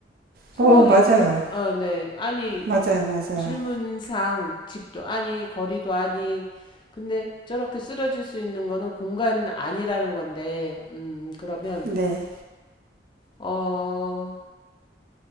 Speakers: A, on the left; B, on the right.
A: 상황이
B: 어, 맞아요.
A: 그렇게 아, 네. 아니
B: 맞아요. 맞아요.
A: 질문상 집도 아니 거리도 아니 근데 저렇게 쓰러질 수 있는 거는 공간 아니라는 건데 음, 그러면
B: 네.
A: 어